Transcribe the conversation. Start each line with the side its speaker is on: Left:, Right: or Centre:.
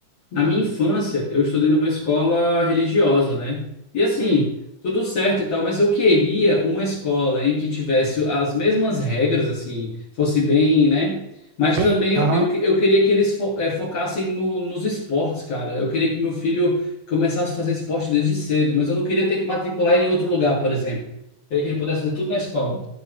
Left: Na
Right: Hum,
Left: minha infância, eu estudei numa escola religiosa, né? E assim,
Right: sim.
Left: tudo certo e tal, mas eu queria uma escola em que tivesse as mesmas regras, assim, fosse bem, né? Mas
Right: Bem,
Left: também eu,
Right: aham.
Left: eu, eu queria que eles fo- eh, focassem no- nos esportes, cara. Eu queria que meu filho começasse a fazer esporte desde cedo, mas eu não queria ter que matricular ele em outro lugar, por exemplo. Eu queria que
Right: E-
Left: ele pudesse fazer tudo na escola.